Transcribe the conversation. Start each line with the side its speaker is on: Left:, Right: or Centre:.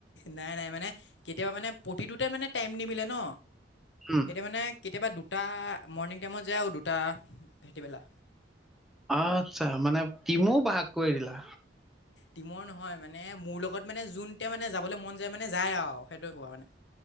Left: নাই, নাই মানে কেতিয়াবা মানে প্ৰতিটোতে মানে টাইম নিমিলে ন?
Centre: উম
Left: এতিয়া মানে কেতিয়াবা দুটা মৰ্ণিং টাইমত যায় আৰু দুটা ভেটিবেলা।
Centre: আচ্ছা। মানে টিমো ভাগ কৰি দিলা?
Left: টিমৰ নহয় মানে মোৰ লগত মানে যোনতে মানে যাবলৈ মন যায় মানে যায় আৰু। সেইটো কোৱা হয়নে।